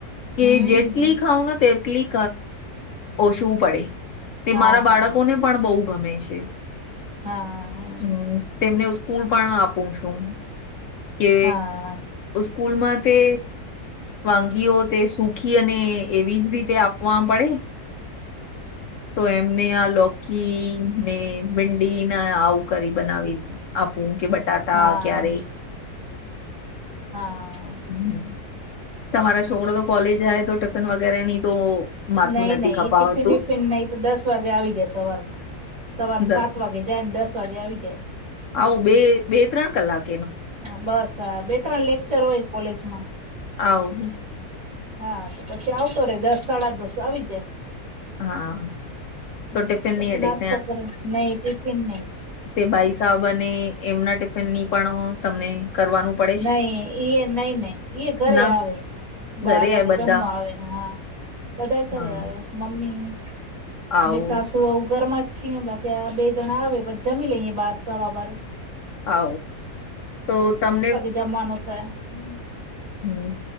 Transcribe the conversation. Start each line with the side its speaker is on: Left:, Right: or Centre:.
Left: કે
Right: હમ
Left: જેટલી ખાવ ને તેટલી ઓછવું પડે તે
Right: હા
Left: મારા બાળકોને પણ બહ ગમે છે
Right: હા
Left: હમ તેમને હ સ્કૂલ પણ આપું છું કે
Right: હા
Left: સ્કૂલમાં તે વાનગીઓ તે સુખી અને એવી જ રીતે આપવા પડે તો એમને આ લોકી ને ભિંડીને આવું કરી બનાવી આપું કે બટાટા
Right: હા
Left: ક્યારે
Right: હા
Left: હ તમારા છોકરો તો કોલેજ જાય તો ટિફિન વગેરે ની તો માથું
Right: નઈ
Left: નથી
Right: નઈ
Left: ખપાવતું
Right: ઈ ટિફિન વિીફિન નઈ તો દસ વાગે આવી જાય સવારમાં સવારને
Left: દસ
Right: સાત વાગે જાય ને દસ વાગે આવી જાય
Left: આવું બે બે ત્રણ કલાક
Right: હા બસ હા બે ત્રણ લેક્ચર હોય કોલેજમાં
Left: આવું
Right: હા તો પછી આવતો રહે દસ સાડા દસ આવી જાય
Left: હા
Right: હમ
Left: તો ટિફિન
Right: પછી
Left: ની અટેક
Right: નાસ્તો કરે નહી ટિફિન નહીિ
Left: તે બાઈ સાબ અને એમના ટિફિનની પણ તમને કરવાનું પડે
Right: નઈ
Left: છે
Right: નઈ નહ ઈ
Left: ને
Right: ઘરે
Left: ના
Right: આવે બાર
Left: ઘરે
Right: વાગે
Left: બધા
Right: જમવા આવે હા બધા કરે
Left: હા
Right: આવે મમ્મી
Left: આવું
Right: અમિત સાસ ું ઘર માં જ છીએ બાકી બે જણા આવે પછ જમી લઈએ બાર સવા બાર
Left: હ તો તમને
Right: જમાનતા હમ
Left: હમ